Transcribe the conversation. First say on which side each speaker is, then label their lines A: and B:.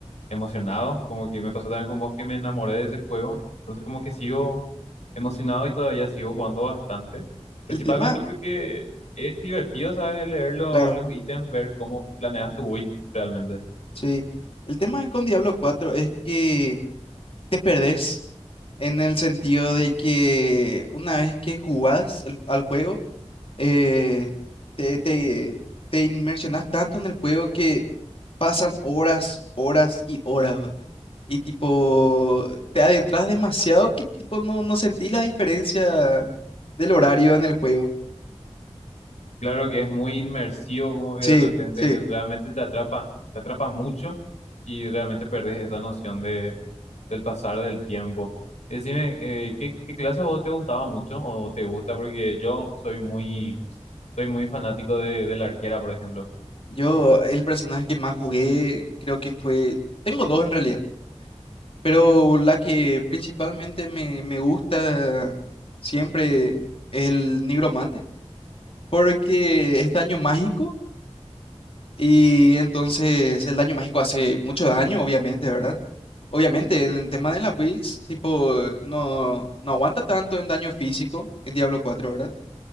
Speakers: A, on the left; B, on the left.
A: emocionado, como que me pasó también con vos que me enamoré de ese juego. Entonces, como que sigo emocionado y todavía sigo jugando bastante,
B: El
A: principalmente
B: tema,
A: porque es divertido, ¿sabes? Leer los,
B: claro,
A: los ítems, ver cómo planeas tu build realmente.
B: sí. El tema con Diablo cuatro es que te perdés en el sentido de que una vez que jugás el- al juego, eh, te, te, te inmersionás tanto en el juego que pasan horas, horas y horas. Y tipo, te adentras demasiado que tipo no, no sentís la diferencia del horario en el juego.
A: Claro que es muy inmersivo, como que
B: Sí,
A: de repente
B: sí.
A: que realmente te atrapa, te atrapa mucho y realmente perdés esa noción de, del pasar del tiempo. Y decime, eh, ¿qué, qué clase a vos te gustaba mucho o te gusta? Porque yo soy muy, soy muy fanático de, de la arquera, por ejemplo.
B: Yo el personaje que más jugué creo que fue... Tengo dos en realidad, pero la que principalmente me, me gusta siempre es el nigromante, porque es daño mágico. Y entonces el daño mágico hace mucho daño, obviamente, ¿verdad? Obviamente, en el tema de las builds, tipo, no, no aguanta tanto en daño físico en Diablo cuatro ¿verdad?